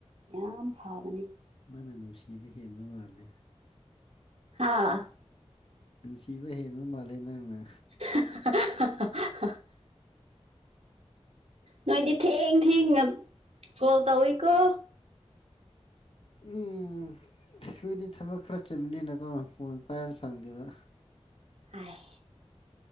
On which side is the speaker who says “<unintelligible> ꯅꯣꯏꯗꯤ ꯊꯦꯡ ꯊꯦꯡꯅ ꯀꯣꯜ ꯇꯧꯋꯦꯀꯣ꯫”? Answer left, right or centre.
Right